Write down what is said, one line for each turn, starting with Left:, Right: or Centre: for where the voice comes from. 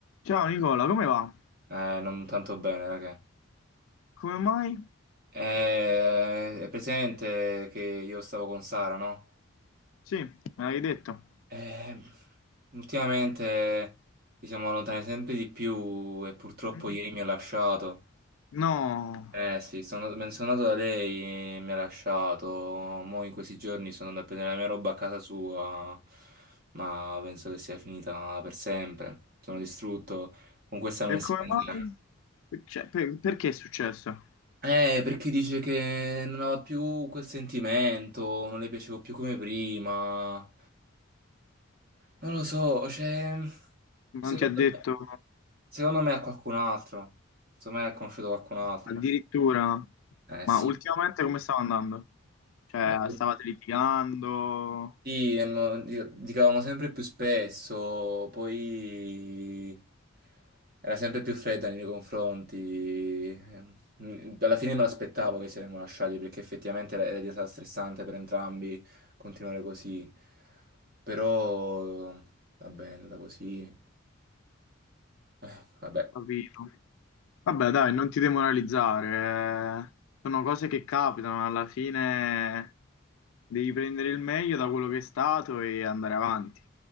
Left: Ciao Nicola, come va?
Right: Eh, non tanto bene, raga.
Left: Come mai?
Right: Eh, è presente che io stavo con Sara, no?
Left: Sì, me l'hai detto.
Right: Eh, ultimamente ci siamo allontanati sempre di più e purtroppo
Left: Mm.
Right: ieri mi ha lasciato.
Left: No,
Right: Eh sì, sono, me ne sono andato da lei, mi ha lasciato. Mo' in questi giorni sono andato a prendere la mia roba a casa sua, ma penso che sia finita per sempre. Sono distrutto. Con questa
Left: e
Right: mensilità.
Left: come mai? Cioè, per- perché è successo?
Right: Eh, perché dice che non aveva più quel sentimento, non le piacevo più come prima. Non lo so, cioè,
Left: Non
Right: secondo
Left: ti ha detto
Right: me, secondo me è qualcun altro. Secondo me ha conosciuto qualcun altro.
Left: addirittura,
Right: Eh
Left: ma
Right: sì,
Left: ultimamente come stava andando? Cioè,
Right: ma
Left: stavate litigando,
Right: Sì, ehm, gi- giocavamo sempre più spesso, poi era sempre più fredda nei miei confronti. Ehm, Alla fine me l'aspettavo che ci saremmo lasciati perché effettivamente era era diventata stressante per entrambi continuare così. Però va bene, è andata così. Eh, Vabbè,
Left: capito? Vabbè, dai, non ti demoralizzare. eh. Sono cose che capitano, alla fine devi prendere il meglio da quello che è stato e andare avanti.